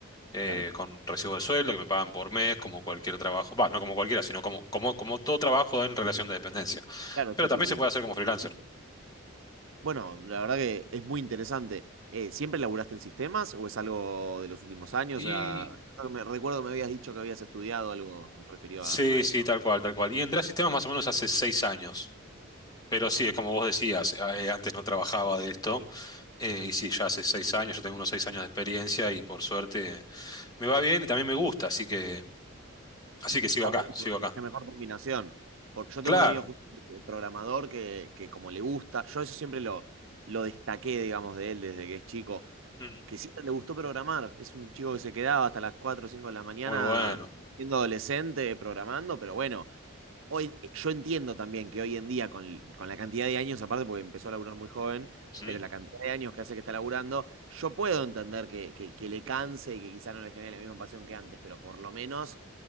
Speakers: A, on the left; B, on the right.
A: eh,
B: claro,
A: con recibo de sueldo que me pagan por mes, como cualquier trabajo, va, no como cualquiera, sino como, como, como todo trabajo en relación de dependencia.
B: claro, sí,
A: Pero también
B: sí, entiendo.
A: se puede hacer como freelancer.
B: Bueno, la verdad que es muy interesante. Eh, ¿siempre laburaste en sistemas o es algo de los últimos años?
A: Y
B: O sea, creo que me, recuerdo que me habías dicho que habías estudiado algo referido
A: sí,
B: a, a eso.
A: sí, tal cual, tal cual. Y entré a sistemas más o menos hace seis años. Pero sí, es como vos decías, eh, antes no trabajaba de esto, eh, y sí, ya hace seis años, yo tengo unos seis años de experiencia y por suerte. me va bien y también me gusta, así que, así que sigo
B: Está
A: acá,
B: buenísimo,
A: sigo
B: es
A: acá.
B: la mejor combinación. Por- yo tengo
A: Claro,
B: un amigo justo, eh, programador que, que como le gusta, yo eso siempre lo, lo destaqué, digamos, de él desde que es chico,
A: mm,
B: que siempre le gustó programar. Es un chico que se quedaba hasta las cuatro o cinco de la mañana
A: muy bueno.
B: siendo adolescente programando, pero bueno. Hoy, yo entiendo también que hoy en día, con, con la cantidad de años, aparte porque empezó a laburar muy joven,
A: ujú,
B: pero la cantidad de años que hace que está laburando, yo puedo entender que, que- que le canse y que quizá no le genere la misma pasión que antes, pero por lo menos,